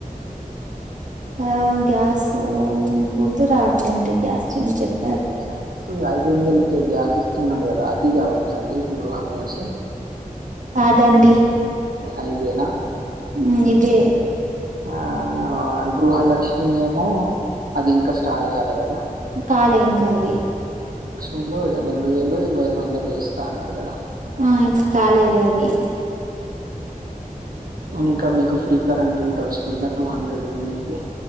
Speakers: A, on the right (about 60°); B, on the right (about 80°).
A: కా గ్యాస్ గుర్తు రావట్లే అండి గ్యాస్ చెప్
B: గ్యాస్ ఐదు వందలకి గ్యాస్ ఇస్తున్నడు కదా అది కావ చండీ గృహ <unintelligible>
A: కాదండి
B: అయిదేనా
A: మ్మ్ ఇదే
B: ఆ గృహ లక్ష్మి ఏమో అది ఇంకా స్టార్ట్ కాలే కదా
A: కాలే ఇంకా అది
B: రొండో రెండు వేలు ఇరవై ఐదు వందలు ఇస్తా అన్నాడు కదా
A: ఆ ఇం కాలేదు అది
B: ఇంకా మీకు ఫ్రీ కరెంట్ కూడా వస్తుందా టూ హండ్రెడ్ యూనిట్ వి